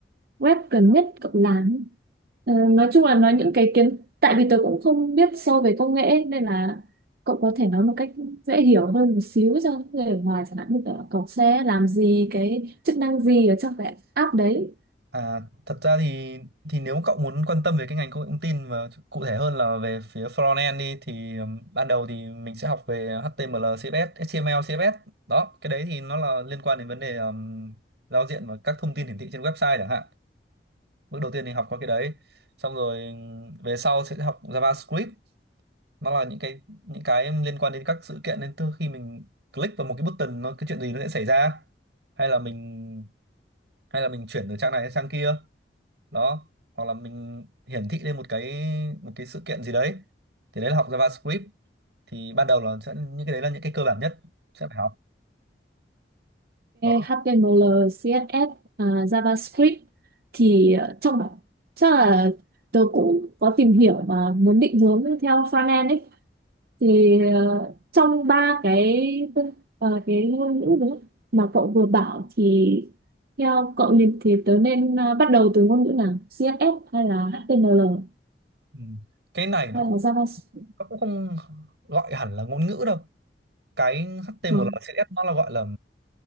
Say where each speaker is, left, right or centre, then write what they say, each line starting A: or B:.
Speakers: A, on the right (about 55°); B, on the right (about 75°).
A: web gần nhất cậu làm. Ờ, nói chung là nói những cái kiến tại vì tôi cũng không biết sâu về công nghệ ấy, nên là cậu có thể nói một cách dễ hiểu hơn một xíu cho người ở ngoài chẳng hạn như kiểu là cậu sẽ làm gì cái chức năng gì ở trong cái app đấy
B: à thật ra thì thì nếu cậu muốn quan tâm về cái ngành công nghệ thông tin và cụ thể hơn là về phía frontend đi thì ừm, ban đầu thì mình sẽ học về HTML CSS HTML CSS đó cái đấy thì nó là liên quan đến vấn đề ừm, giao diện và các thông tin hiển thị trên website chẳng hạn bước đầu tiên thì học qua cái đấy xong rồi ừm, về sau sẽ học JavaScript nó là những cái những cái liên quan đến các sự kiện nên từ khi mình click vào một cái button nó cái chuyện gì nó sẽ xảy ra hay là mình hay là mình chuyển từ trang này sang trang kia đó hoặc là mình hiển thị lên một cái một cái sự kiện gì đấy thì đấy là học JavaScript thì ban đầu là sẽ những cái đấy là những cái cơ bản nhất sẽ phải học đó
A: HTML, CSS, à, JavaScript thì ờ, trong chắc là tớ cũng có tìm hiểu mà muốn định hướng theo frontend ấy thì ờ, trong ba cái ờ, cái ngôn ngữ đấy mà cậu vừa bảo thì theo cậu liền thì tớ nên ờ, bắt đầu từ ngôn ngữ nào CSS hay là HTML
B: ừ. cái này nó
A: hay
B: cũng
A: là JavaScript
B: nó cũng không gọi hẳn là ngôn ngữ đâu cái HTML
A: Ờ,
B: CSS nó là gọi là